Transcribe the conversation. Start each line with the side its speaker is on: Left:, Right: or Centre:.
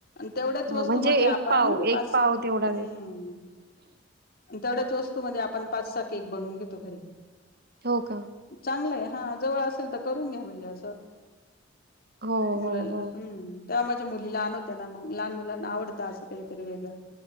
Left: तेवढ्याच
Right: हां,
Left: वस्तू
Right: म्हणजे
Left: मध्ये आपण
Right: एक पाव
Left: पाच
Right: एक पाव
Left: सात
Right: तेवढा
Left: हम्
Right: देत
Left: तेवढ्यात वस्तू मध्ये आपण पाचसा केक बनून घेतो घरी
Right: हो का?
Left: चांगलंय हा जवळ असेल तर करून घ्या म्हणजे असं
Right: हो
Left: मुलाला
Right: हो हो
Left: हम्म.. तेव्हा माझ्या मुली लहान होत्या ना मग लहान मुलांना आवडत असं काहीतरी वेगळं-..